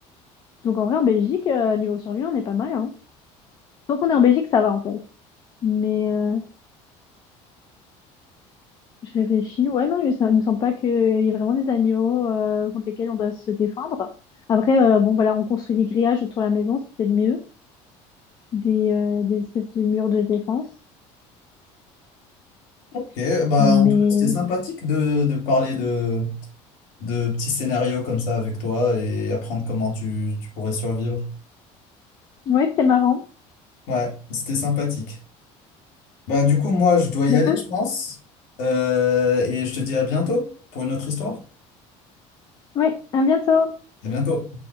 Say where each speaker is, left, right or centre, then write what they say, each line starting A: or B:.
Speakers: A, on the left (about 30°); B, on the left (about 70°).
A: Donc, en vrai, en Belgique, euh, niveau survie, on est pas mal, hein. Tant qu'on est en Belgique, ça va, en fait. Mais euh, je réfléchis. Ouais, non, ça me semble pas qu'il y ait vraiment des animaux euh, contre lesquels on doit se défendre. Après, euh, bon, voilà, on construit des grillages autour de la maison, c'est peut-être mieux. Des, euh, des espèces de murs de défense.
B: Ok, bah,
A: Mais
B: en tout cas, c'était sympathique de, de parler de, de petits scénarios comme ça avec toi et apprendre comment tu, tu pourrais survivre.
A: ouais, c'était marrant.
B: Ouais, c'était sympathique. Bah, du coup, moi, je dois y
A: Bah,
B: aller,
A: écoute,
B: je pense. Euh, et je te dis à bientôt pour une autre histoire.
A: ouais, à bientôt!
B: À bientôt.